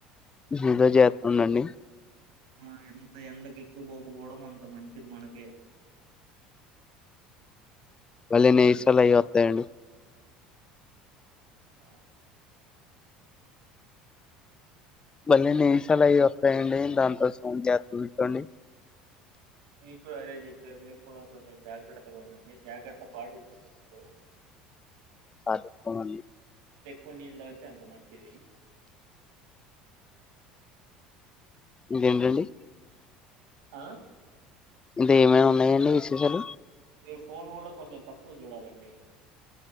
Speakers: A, on the left; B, on the right.
A: ఏదో చేస్తంది అండి
B: ఆ ఎంత ఎండకు ఎక్కువ పోకపోవడం అంత మంచిది మనకే
A: వాళ్ళె నిమిషాల వస్తాయండి
B: ఆ
A: మళ్ళీ నిమిసాలు
B: మంచి
A: అవి వస్తాయండి దానికోసం జత్త చూసుకోండి
B: మీ కూడా అదే చెప్పే మీకు కూడా కొంచెం జాగ్రత్తగా ఉండండి జాగ్రత్త పట్టించండి మీరు
A: అదు కొనాలి
B: కొన్ని నీళ్లు తాగితే అంత మంచిది
A: ఇదేంటండి
B: ఆ
A: ఇది ఏమైనా ఉన్నాయండి విశేషాలు
B: మీరు ఫోన్ కూడా కొంచెం తక్కువ చూడాలండి